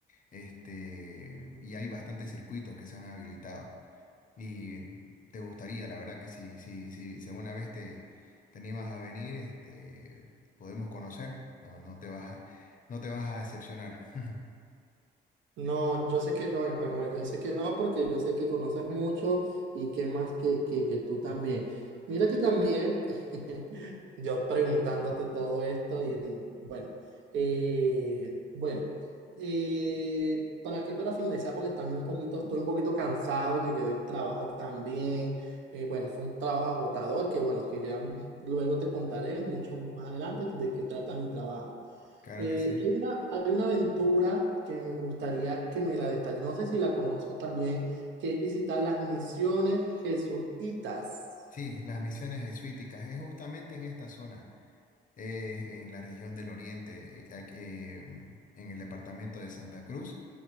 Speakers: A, on the left; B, on the right.
A: Este, y hay bastantes circuitos que se han habilitado. Y te gustaría, la verdad que si, si, si, si alguna vez te, te animas a venir, este, podemos conocer. No, no te vas a, no te vas a decepcionar. <laughs>
B: No, yo sé que no, Emanuel, yo sé que no, porque yo sé que conoces mucho y que más que, que, que tú también. Mira que también, <laughs> yo preguntándote todo esto y bueno, eh, bueno, eh, para aquí para finalizar, porque también un poquito, estoy un poquito cansado, llegué del trabajo también, eh, bueno, fue un trabajo agotador que bueno, que ya luego te contaré mucho más adelante de qué trata mi trabajo.
A: Claro
B: Eh,
A: que sí.
B: hay una, hay una aventura que me gustaría que me la detalles. No sé si la conozco también, que es visitar las misiones jesuitas.
A: Sí, las misiones jesuíticas es justamente en esta zona, eh, en la región del Oriente, eh, aquí, eh, en el departamento de Santa Cruz,